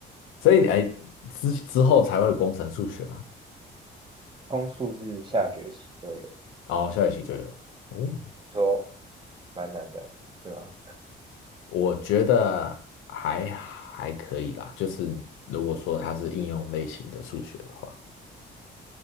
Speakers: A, on the left (about 85°); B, on the right (about 25°).
A: 所以你哎，之之后才会有工程数学嘛，
B: <laughs> 公数是下学期就有，
A: 然后下学期就有。哦，
B: 说蛮难的，是吗？
A: 我觉得还还可以啦，就是如果说它是应用类型的数学的话，